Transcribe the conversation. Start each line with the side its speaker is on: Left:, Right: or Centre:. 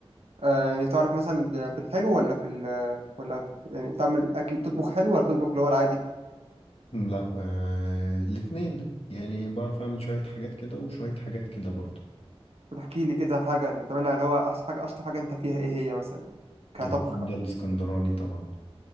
Right: آه يعني تعرف مثلا في الحلو ولا في ال ولا يعني بتعمل اكل بتطبخ حلو ولا بتطبخ اللي هو العادي
Left: لا آه الاتنين يعني بعرف أعمل شوية حاجات كده وشوية حاجات كده برضو
Right: طب احكي لي كده حاجه اللي بتعملها اللي هو احسن حاجه اشطر حاجه انت فيها ايه هي مثلا كطبخ
Left: الكبدة
Right: بقى
Left: الإسكندراني طبعا